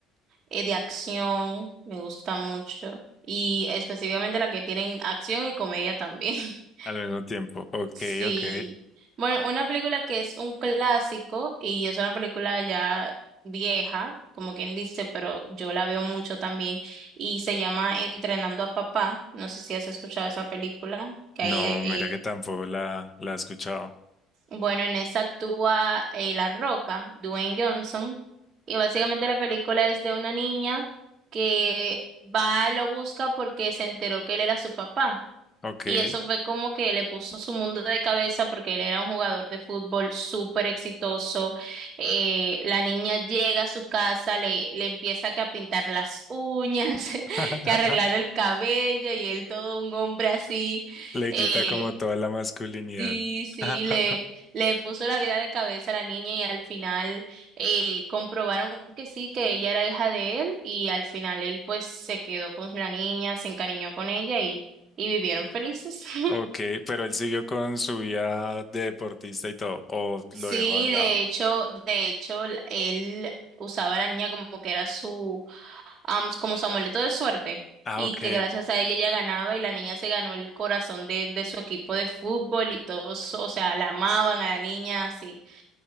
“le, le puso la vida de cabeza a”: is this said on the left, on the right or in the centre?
Right